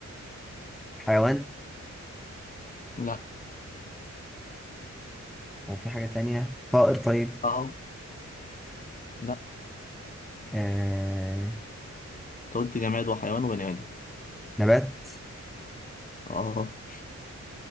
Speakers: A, in the centre; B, on the left.
A: حيوان
B: لا
A: وفي حاجة تانية طائر طيب
B: اه لا
A: آه
B: أنت قلت جماد وحيوان وبني ادم
A: نبات
B: اه